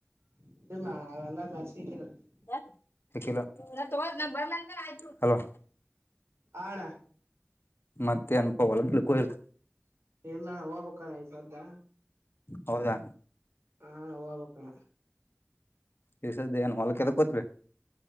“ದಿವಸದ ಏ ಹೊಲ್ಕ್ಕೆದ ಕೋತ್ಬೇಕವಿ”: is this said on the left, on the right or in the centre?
Left